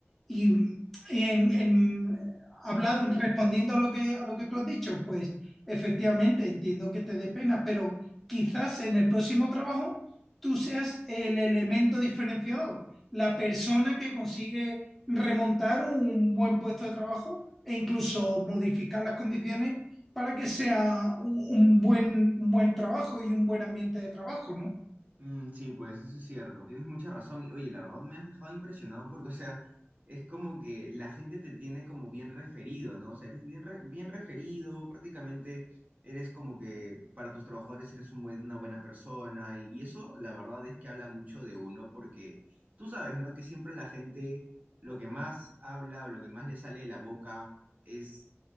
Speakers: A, in the centre; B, on the right.
A: Y, y en, en- hablado, respondiendo a lo que, a lo que tú has dicho, pues efectivamente entiendo que te dé pena, pero quizás en el próximo trabajo tú seas el elemento diferenciador, la persona que consigue remontar un buen puesto de trabajo e incluso modificar las condiciones para que sea un, un buen, un buen trabajo y un buen ambiente de trabajo, ¿no?
B: Mm, sí, pues eso es cierto, tienes mucha razón. Y oye, la verdad me has dejado impresionado porque, o sea, es como que la gente te tiene como bien referido, ¿no? O sea, eres bien, re- bien referido, prácticamente eres como que para tus trabajadores eres un buen- una buena persona. Y, y eso, la verdad es que habla mucho de uno porque tú sabes, ¿no? Que siempre la gente lo que más habla o lo que más le sale de la boca es